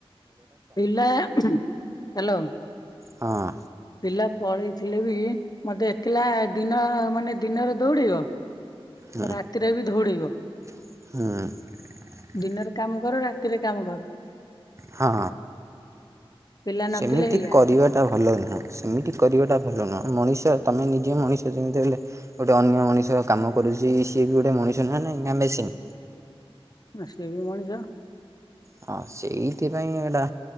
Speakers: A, on the left; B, on the right.
A: ପିଲା ହାଲୋ
B: ହଁ।
A: ପିଲା ପଳେଇଥିଲେ ବି ମୋତେ ଏକେଲା ଦିନ ମାନେ ଦିନରେ ଦୌଡେବ
B: ହୁଁ
A: ରାତିରେ ବି ଧୌଡେଇବ। <inaudible>
B: ହୁଁ।
A: ଦିନରେ କାମ କର ରାତିରେ କାମ କର।
B: ହଁ।
A: ପିଲା ନଥିଲେ
B: ସେମିତି
A: ଏଇଆ।
B: କରିବାଟା ଭଲ ନୁହଁ, ସେମିତି କରିବାଟା ଭଲ ନୁହଁ, ମଣିଷ ତୋମେ ନିଜେ ମଣିଷ ଯେମିତି ହେଲେ ଗୋଟେ ଅନ୍ୟ ମଣିଷ କାମ କରୁଚି, ସିଏ ବି ଗୋଟେ ମଣିଷ ନୁହେଁ ନାହିଁ ନା ମେସିନ୍।
A: ଆ ସେ ବି ମଣିଷ।
B: ହଁ ସେଇଥିପାଇଁ ଏଇଟା